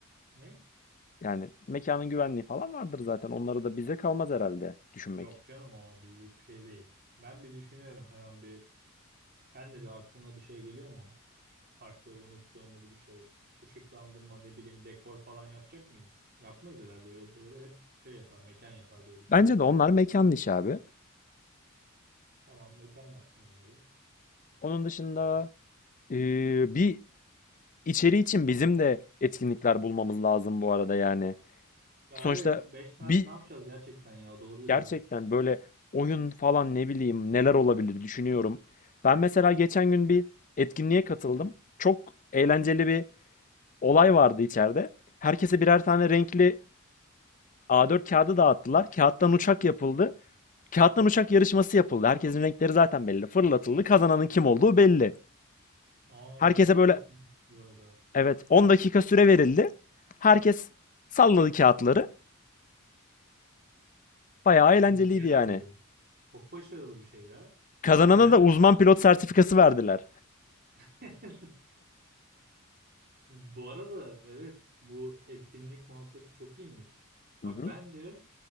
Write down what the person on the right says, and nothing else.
Ne?
Yok canım o bizlik bir şey değil. Ben bir düşünüyorum hemen bir. Sen de bir aklına bir şey geliyor mu? Farklı unuttuğumuz bu şey. Işıklandırma ne bileyim dekor falan yapacak mıyız? Yapmayız herhalde öyle şeyleri hep şey yapar mekan yapar diye düşünüyorum.
Tamam mekan yapsın onları.
Ya, me-
ya
evet 5 saat
ne yapacağız gerçekten ya doğru dedin
onu.
Aa
çok iyi
bir etkinlik bu arada.
Bayağı
iyi. Çok başarılı bir şey ya.
Bence
ne yapalım
biliyor
musun?
<laughs> Bu arada evet bu etkinlik muhabbeti çok iyiymiş.
Bak
bence